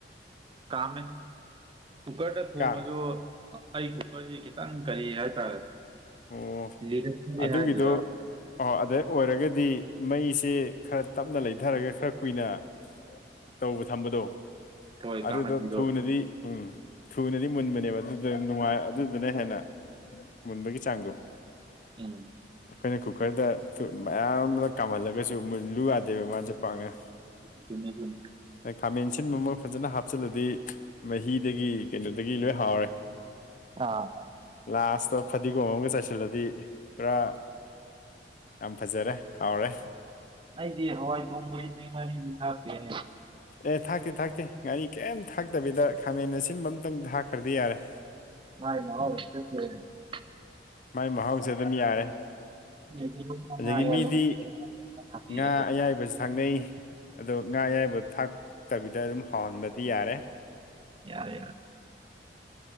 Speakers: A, on the right; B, on the left.
A: ꯀꯥꯝꯃꯦ ꯀꯨꯀꯔꯗ ꯊꯣꯡꯉꯁꯨ
B: ꯀꯥ
A: ꯑꯩ ꯀꯨꯀꯔꯖꯤ ꯈꯤꯇꯪ ꯀꯔꯤ ꯍꯥꯏꯇꯥꯔꯦ
B: ꯑꯣ
A: ꯂꯤꯔꯛꯑꯦ
B: ꯑꯗꯨꯒꯤꯗꯣ
A: ꯍꯥꯏꯗꯣꯏꯔ
B: ꯑꯣ ꯑꯗꯩ ꯑꯣꯏꯔꯒꯗꯤ ꯃꯩꯁꯦ ꯈꯔ ꯇꯞꯅ ꯂꯩꯊꯔꯒ ꯈꯔ ꯀꯨꯏꯅ
A: <inaudible>
B: ꯇꯧꯕ ꯊꯝꯕꯗꯣ
A: ꯍꯣꯏ
B: ꯑꯗꯨꯗꯣ
A: ꯀꯥꯃꯟꯕꯤꯗꯣ
B: ꯊꯨꯅꯗꯤ ꯎꯝ ꯊꯨꯅꯗꯤ ꯃꯨꯟꯕꯅꯦꯕ ꯑꯗꯨꯗꯣ ꯅꯨꯡꯉꯥꯏ ꯑꯗꯨꯗꯨꯅ ꯍꯦꯟꯅ ꯃꯨꯟꯕꯒꯤ ꯆꯥꯡꯗꯣ
A: ꯎꯝ
B: ꯑꯩꯈꯣꯏꯅ ꯀꯨꯀꯔꯗ ꯇꯨ ꯃꯌꯥꯝꯂꯛ ꯀꯥꯝꯍꯜꯂꯒꯖꯨ ꯃꯨꯜꯂꯨ ꯌꯥꯗꯦꯕ ꯃꯥꯖꯦ ꯄꯥꯛꯅ
A: ꯆꯨꯝꯃꯦ ꯆꯨꯝꯃꯦ
B: ꯈꯥꯃꯦꯟ ꯁꯤꯟꯕ ꯑꯃꯒ ꯐꯖꯟꯅ ꯍꯥꯞꯆꯤꯜꯂꯗꯤ ꯃꯍꯤꯗꯒꯤ ꯀꯩꯅꯣꯗꯒꯤ ꯂꯣꯏ ꯍꯥꯎꯔꯦ꯫
A: ꯑꯥ
B: ꯂꯥꯁꯇ ꯐꯗꯤꯒꯣꯝ ꯑꯝꯒ ꯆꯥꯏꯁꯤꯜꯂꯗꯤ ꯄꯨꯔꯥ ꯌꯥꯝ ꯐꯖꯔꯦ ꯍꯥꯎꯔꯦ꯫
A: ꯑꯩꯗꯤ ꯍꯋꯥꯏ ꯊꯣꯡꯕꯁꯤꯗꯤ ꯉꯔꯤꯗꯤ ꯊꯥꯛꯇꯦꯅꯦ ꯫
B: ꯑꯦ ꯊꯥꯛꯇꯦ ꯊꯥꯛꯇꯦ ꯉꯔꯤ ꯀꯩꯝ ꯊꯥꯛꯇꯕꯤꯗ ꯈꯥꯃꯦꯟ ꯑꯁꯤꯟꯕ ꯑꯝꯇꯪ ꯊꯥꯛꯈ꯭ꯔꯗꯤ ꯌꯥꯔꯦ꯫
A: ꯃꯥꯏ ꯃꯍꯥꯎ ꯖꯦ <unintelligible>
B: ꯃꯥꯥꯏ ꯃꯍꯥꯎꯖꯦ ꯑꯗꯨꯝ ꯌꯥꯔꯦ꯫
A: ꯌꯦꯔꯨꯝꯒ
B: ꯑꯗꯒꯤ
A: ꯉꯥ ꯌꯥꯏꯕꯒ
B: ꯃꯤꯗꯤ
A: ꯊꯥꯛꯄꯤꯔꯒ
B: ꯉꯥ ꯑꯌꯥꯏꯕꯖ ꯊꯪꯅꯩ ꯑꯗꯣ ꯉꯥ ꯑꯌꯥꯏꯕ ꯊꯥꯛꯇꯕꯤꯗ ꯑꯗꯨꯝ ꯍꯥꯎꯍꯟꯕꯗꯤ ꯌꯥꯔꯦ꯫
A: ꯌꯥꯔꯦ ꯌꯥꯔ